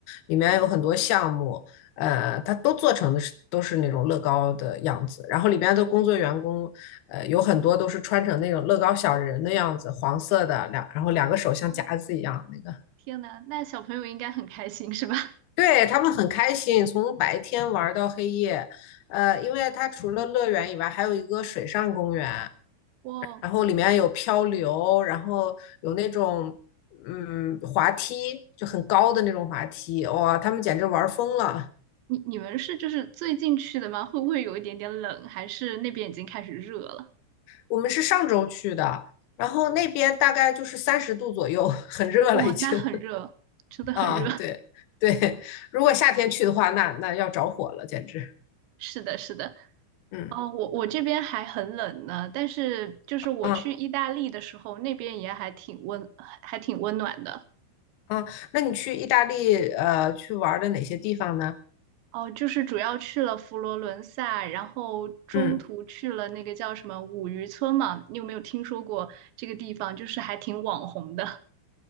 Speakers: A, on the left; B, on the right.
A: 里面有很多项目，呃，它都做成的是都是那种乐高的样子，然后里面的工作员工，呃，有很多都是穿成那种乐高小人的样子，黄色的两，然后两个手像夹子一样那个，
B: 哦，天呐，那小朋友应该很开心是吧？
A: 对，他们很开心，从白天玩到黑夜，呃，因为它除了乐园以外，还有一个水上公园。
B: 哇，
A: 然后里面有漂流，然后有那种嗯滑梯，就很高的那种滑梯，哇，他们简直玩疯了。
B: 你你们是就是最近去的吗？会不会有一点点冷？还是那边已经开始热了？
A: 我们是上周去的，然后那边大概就是三十度左右，很热了已经
B: 哇，那很热，真的很热。
A: <laughs> 啊，
B: <laughs>
A: 对对，如果夏天去的话，那那要着火了，简直，
B: 是的，是的。
A: 嗯
B: 哦，我我这边还很冷呢，但是就是我去意大利的时候，
A: 啊
B: 那边也还挺温，还还挺温暖的。
A: 啊，那你去意大利呃去玩的哪些地方呢？
B: 哦，就是主要去了佛罗伦萨，然后中途去了那个叫什么五渔村嘛，
A: 嗯，
B: 你有没有听说过这个地方？就是还挺网红的。